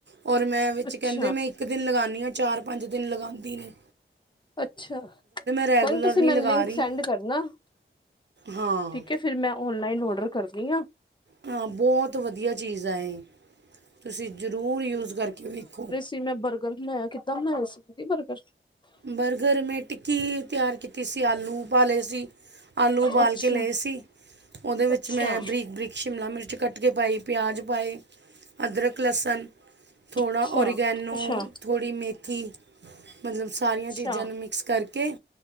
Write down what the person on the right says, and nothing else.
ਹੋਰ ਮੈਂ ਵਿੱਚ
ਕਹਿੰਦੇ ਮੈਂ ਇੱਕ ਦਿਨ ਲਗਾਉਂਦੀ ਹਾਂ ਚਾਰ ਪੰਜ ਦਿਨ ਲਗਾਉਂਦੀ ਨੀ
ਰੈਗੂਲਰ
ਲਗਾ
ਰਹੀ
ਹਾਂ
ਹਾਂ ਬਹੁਤ ਵਧੀਆ ਚੀਜ਼ ਹੈ ਇਹ ਤੁਸੀਂ ਜ਼ਰੂਰ ਯੂਜ਼ ਕਰਕੇ ਵੇਖੋ
ਬਰਗਰ ਮੈਂ ਟਿੱਕੀ ਤਿਆਰ ਕੀਤੀ ਸੀ ਆਲੂ ਪਾਾਲੇ ਸੀ ਆਲੂ ਉਬਾਲ
ਕੇ ਲਏ ਸੀ ਉਹਦੇ ਵਿੱਚ
ਮੈਂ ਬਰੀਕ ਬਰੀਕ ਸ਼ਿਮਲਾ ਮਿਰਚ ਕੱਟ ਕੇ ਪਾਈ ਪਿਆਜ਼ ਪਾਏ ਅਦਰਕ ਲਸਣ ਥੋੜ੍ਹਾ
ਓਰੀਗੈਨੋ
ਥੋੜ੍ਹੀ ਮੇਥੀ ਮਤਲਬ ਸਾਰੀਆਂ
ਚੀਜ਼ਾਂ ਨੂੰ ਮਿਕਸ ਮੈਸ ਕਰਕੇ